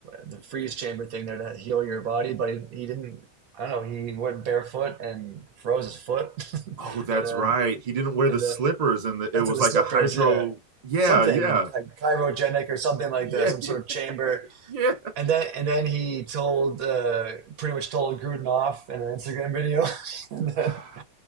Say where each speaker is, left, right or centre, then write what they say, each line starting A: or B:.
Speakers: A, on the right; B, on the right.
A: the freeze chamber thing there to heal your body, but he, he didn't. I don't know. He went barefoot and froze his foot,
B: Oh,
A: <laughs>
B: that's
A: and then
B: right. He didn't wear
A: and
B: the slippers
A: then
B: and the,
A: that's
B: it was
A: to the
B: like
A: slippers.
B: a hydro.
A: Yeah,
B: Yeah,
A: something
B: yeah.
A: like chirogenic or something like
B: Yeah,
A: that, some
B: yeah.
A: sort of chamber.
B: yeah.
A: And then and then he told uh, pretty much told Gruden off in an Instagram video, <laughs> and then
B: <sighs>